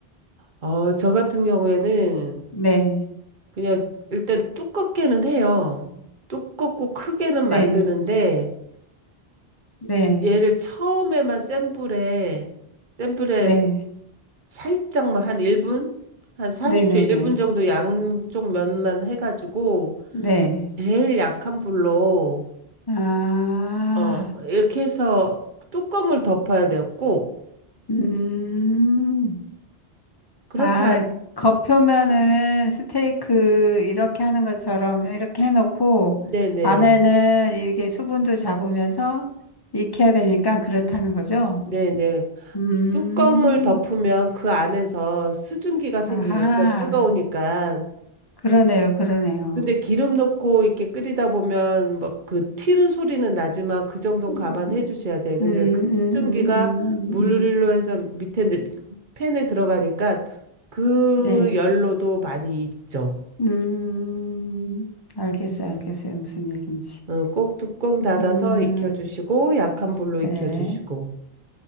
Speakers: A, on the right (about 55°); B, on the left (about 25°).
A: 어, 저 같은 경우에는
B: 네,
A: 그냥 일단 두껍게는 해요. 두껍고 크게는
B: 네,
A: 만드는데
B: 네,
A: 얘를 처음에만 센 불에 센 불에
B: 네,
A: 살짝만 한 1분? 한 40초
B: 네, 네,
A: 1분
B: 네,
A: 정도 양쪽 면만 해가지고
B: 네.
A: 제일 약한 불로
B: 아,
A: 어 이렇게 해서 뚜껑을 덮어야 돼요 꼭
B: 음.
A: 그렇지
B: 아,
A: 않...
B: 겉표면은 스테이크 이렇게 하는 것처럼 이렇게 해놓고
A: 네네
B: 안에는 이게 수분도 잡으면서 익혀야 되니까 그렇다는 거죠?
A: 네네
B: 음,
A: 뚜껑을 덮으면 그 안에서 수증기가 생기겠죠
B: 아하,
A: 뜨거우니까
B: 그러네요, 그러네요.
A: 근데 기름 넣고 이렇게 끓이다 보면 막 그 튀는 소리는 나지만 그 정도는
B: 음,
A: 감안해 주셔야 돼. 근데
B: 음, 음, 음,
A: 그 수증기가 물로
B: 음, 음. 음.
A: 해서 밑에 내- 팬에 들어가니까 그
B: 네.
A: 열로도 많이 익죠.
B: 음, 알겠어요, 알겠어요. 무슨 얘기인지.
A: 어, 꼭 뚜껑 닫아서
B: 음,
A: 익혀주시고 약한 불로
B: 네.
A: 익혀주시고